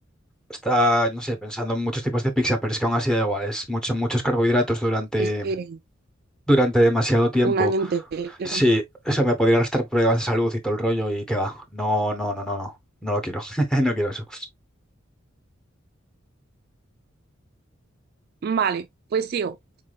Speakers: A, in the centre; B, on the right.
A: está, no sé, pensando en muchos tipos de pizza, pero es que aún así da igual, es mucho, muchos carbohidratos durante,
B: Es que
A: durante demasiado tiempo.
B: un año entero.
A: Sí, eso me podría arrastrar problemas de salud y todo el rollo y qué va. No, no, no, no, no, no lo quiero, <laughs> no quiero eso.
B: Vale, pues sigo.